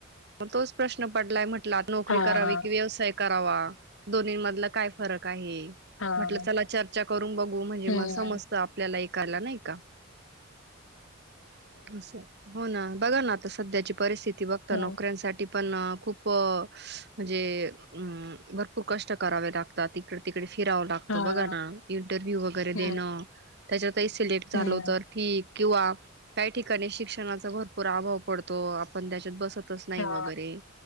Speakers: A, on the right; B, on the left.
A: मग तोच प्रश्न पडलाय म्हटलं नोकरी
B: हां,
A: करावी
B: हां,
A: की व्यवसाय करावा दोन्हीं मधल काय कराव फरक आहे
B: हां.
A: म्हटलं चला चर्चा करून बघू म्हणजे
B: हं.
A: म समस्त आपल्या ही कला नाही का असं हो ना बघा ना आता सध्याची परिस्थिती विभक्त
B: हां,
A: नोकऱ्यांसाठी पण खूप म्हणजे भरपूर कष्ट करावे लागतील आता तिकडे तिकडेच असतात फिरावं लागत
B: हां.
A: बघाना इंटरव्ह्यू वगैरे देणं
B: हं,
A: त्याच्यात सिलेक्ट झालो
B: हं.
A: तर ठीक किंवा काही ठिकाणी शिक्षणाचा भरपूर अभाव पडतो आपण त्याच्यात बसत नाही बसत नाही
B: हां.
A: वगैरे